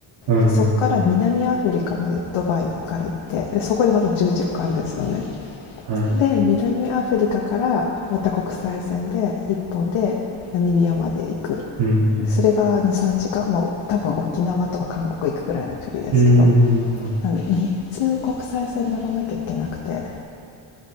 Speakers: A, on the right; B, on the left.
A: うんうんうん。
B: でそこから南アフリカまでドバイから行ってでそこでまた10時間かんかかるんですよね。
A: はい。
B: で南アフリカからまた国際線で1本でナミビアまで行く
A: うん。
B: それが23時間もう多分沖縄とか韓国行くぐらいの距離ですけど
A: うん。
B: なんで3つ国際線乗らなきゃいけなくて